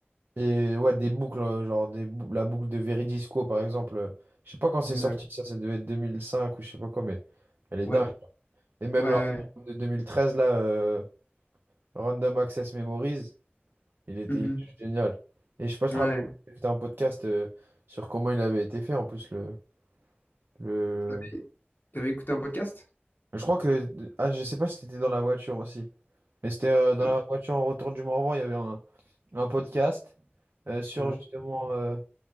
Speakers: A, on the right; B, on the left.
A: et ouais, des boucles, euh, genre des bou- la boucle de Veridisco, par exemple. euh, je sais pas quand c'est
B: Ouais.
A: sorti, ça, ça devait être 2005 ou je sais pas quoi, mais elle est
B: Ouais.
A: dingue. Et même
B: Ouais.
A: leur album de 2013, là, euh, Random Access Memories, Il était,
B: ouais.
A: il est génial. Et je sais pas, je te
B: Ouais.
A: rappelle, j'ai écouté un podcast euh, sur comment il avait été fait en plus le, le...
B: T'avais t'avais écouté un podcast?
A: Je crois que... Ah, je sais pas si c'était dans la voiture aussi. Mais c'était euh, dans
B: Ouais.
A: la voiture en retour du Morvan, il y avait un, un podcast euh, sur
B: Euh,
A: justement euh,